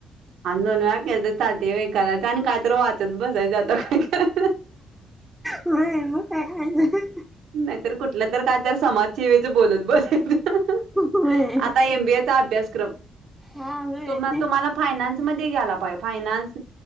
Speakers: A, on the right (about 80°); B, in the centre.
A: दोन वेळा केलं तरी चालतंय करायचं काय तर वाचत बसायचं आता काय करायचं
B: म म काय करायचं
A: नाहीतर कुठलं तर काय तर समाजसेवेच बोलत बसायचं
B: होय
A: आता एमबीएचा अभ्यासक्रम
B: हा होय
A: तुम्हा
B: तेच
A: तुम्हाला फायनान्समध्ये ध्ये घ्यायला पाहिजे फयनान्स